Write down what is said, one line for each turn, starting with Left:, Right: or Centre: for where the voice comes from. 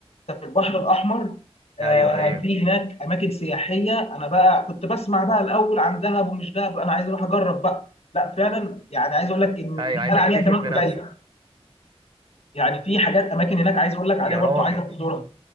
Left: انت في البحر الاحمر آه،
Right: ايوه ايوه
Left: في هناك اماكن سياحيه انا بقى كنت بسمع بقى الاول عن دهب ومش دهب انا عايز اروح اجرب بقى لا فعلا يعني عايز اقول لك ان اللي
Right: ايوه
Left: بيتقال
Right: عايز
Left: عليها
Right: اكتشف
Left: كمان
Right: بنفسي
Left: قليل يعني في حاجات اماكن هناك عايز اقول لك عليها
Right: يا
Left: برضو
Right: راجل
Left: عايزك تزورها